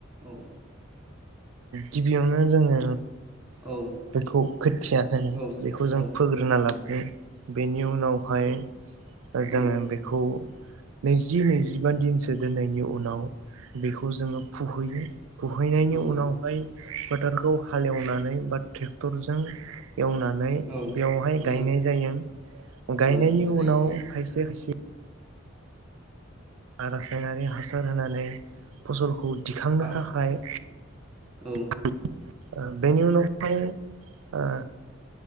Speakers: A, in the centre; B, on the right.
A: औ
B: गिबियावनो जोङो
A: औ
B: बेखौ खोथिया होनो
A: औ
B: बेखौ
A: औ
B: जों फोग्रोना लाबाय बेनि उनावहाय
A: औ
B: जोङो बेखौ नैजि नैजिबा दिनसो दोननायनि उनाव बेखौ जोङो फुहैयो। फुहैनायनि
A: औ
B: उनावहाय फोथ थारखौ हालेवनानै बाद टेक्टरजों एवनानै
A: औ
B: बेवहाय
A: औ
B: गायनाय जायो गायनायनि
A: औ जायो
B: उनाव
A: जायो
B: खायसे खायसे आरो रासायनारि हासार होनानै फसलखौ दिखांनो
A: बा
B: थाखाय
A: औ
B: <unintelligible> बेनि उनाव। हाय ओ।